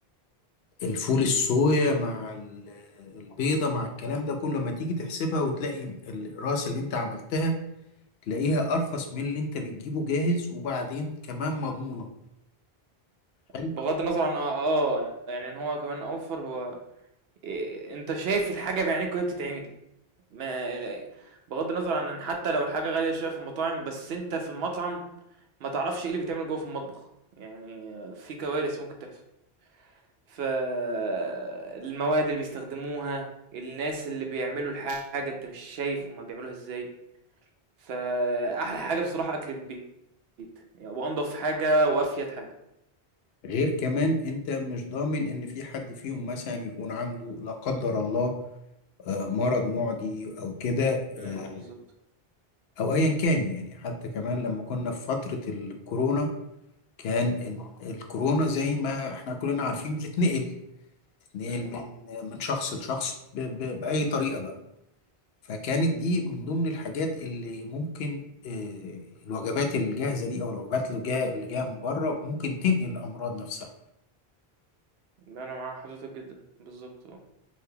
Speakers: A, on the left; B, on the right.
A: الفول الصويا مع ال- البيضة مع الكلام ده كله ما تيجي تحسبها وتلاقي الراس اللي انت عملتها تلاقيها ارخص من اللي انت بتجيبه جاهز وبعدين كمان مضمونة حلو
B: بغض النظر عن اه, آه يعني ان هو كمان اوفر هو إيه انت شايف الحاجة بعينيك وهي بتتعمل ما لا- بغض النظر عن ان حتى لو الحاجة غالية شوية في المطاعم بس انت في المطعم ما تعرفش ايه اللي بيتعمل جوه في المطبخ يعني في كوارث ممكن تحصل فالمواد اللي بيستخدموها الناس اللي بيعملوا الحاجة انت مش شايف هما بيعملوها ازاي فأحلى حاجة بصراحة أكل البيت يعني وأنضف حاجة وأفيد حاجة
A: غير كمان انت مش ضامن ان في حد فيهم مثلا يكون عنده لا قدر الله آه، مرض معدي او كده
B: امم
A: آه،
B: بالظبط
A: او ايا كان يعني حتى كمان لما كنا في فترة الكورونا كان ال- الكورونا زي ما احنا كلنا عارفين بتتنقل نقل
B: امم
A: من من شخص لشخص ب- ب- بأي طريقة بقى فكانت دي من ضمن الحاجات اللي ممكن آه، الوجبات الجاهزة دي أو الوجبات اللي جاية اللي جاية من بره ممكن تنقل الأمراض نفسها
B: أنا مع حضرتك جدا بالظبط اه